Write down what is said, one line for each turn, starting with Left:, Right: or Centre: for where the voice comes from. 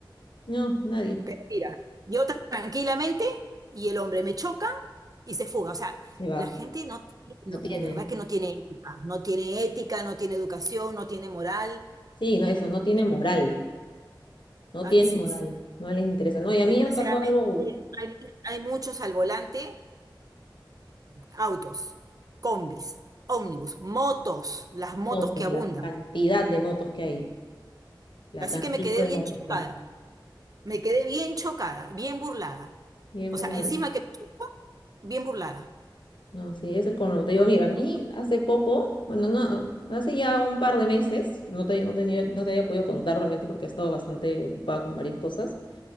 Left: No, nadie
Right: Pero mira, yo tranquilamente y el hombre me choca y se fuga. O sea,
Left: se va.
Right: la gente no, tiene- no-
Left: No tiene.
Right: de verdad que no tiene ética, no tiene ética, no tiene educación, no tiene moral.
Left: Sí, no, eso, no tiene
Right: Mira,
Left: moral. No
Right: así
Left: tiene moral.
Right: es.
Left: No les interesa. No, y
Right: Desgraciadamente
Left: a mí me pasó algo
Right: hay, hay muchos al volante, autos, combis, ómnibus, motos, las motos
Left: Motos,
Right: que abundan.
Left: la cantidad de motos que hay, la
Right: Así
Left: cantidad
Right: que me quedé
Left: de
Right: bien
Left: motos
Right: chocada,
Left: que hay.
Right: me quedé bien chocada, bien burlada.
Left: Bien
Right: O
Left: brutal.
Right: sea, encima que me chocó, bien burlada,
Left: No, sí, es el como te digo,
Right: porque
Left: mira,
Right: no,
Left: a mí
Right: no
Left: hace poco, bueno, no, hace ya un par de meses, pero no te, no tenía, no te había podido contar realmente porque he estado bastante ocupada con varias cosas.